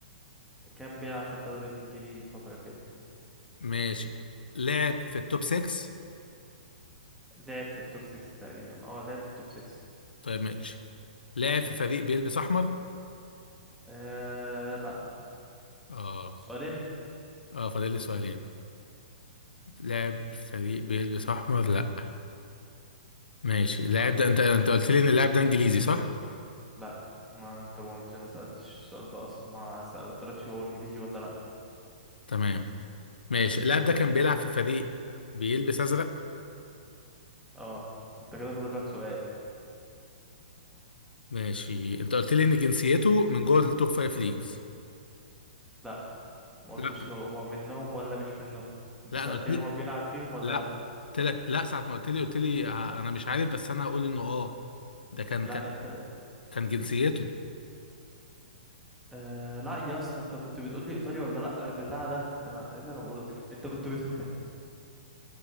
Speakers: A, in the centre; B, on the left.
A: كان بيلعب في الدوري الانجليزي فترة كده
B: ماشي لعب في التوب 6
A: لعب في التوب 6 تقريبا اه لعب في التوب 6
B: طيب ماشي لعب في فريق بيلبس احمر
A: آه لا
B: اه
A: سؤالين
B: اه فاضل لي سؤالين لعب في فريق بيلبس احمر لا ماشي اللاعب ده انت انت قلت لي ان اللاعب ده انجليزي صح
A: لا ما انت ما قلت ما سألتش السؤال ده اصلا ما سألتلكش هو انجليزي ولا لا
B: تمام ماشي اللاعب ده كان بيلعب في فريق بيلبس ازرق
A: اه انت كده فاضل لك سؤال
B: ماشي انت قلت لي ان جنسيته من جوه التوب 5 ليجز
A: لا ما قلتش
B: لا
A: هو هو منهم ولا مش منهم انت
B: لا
A: سألتني
B: انا قلت
A: هو بيلعب فيهم ولا
B: لا
A: لا
B: قلت لك لا ساعة ما قلت لي قلت لي ه- انا مش عارف بس انا هقول انه اه ده كان
A: لا
B: كان
A: انت
B: كان جنسيته
A: آه لا يا اسطى انت كنت بتقول لي ايطاليا ولا لا بتاع ده أنا- ايه اللي انا بقوله ده انت كنت بت...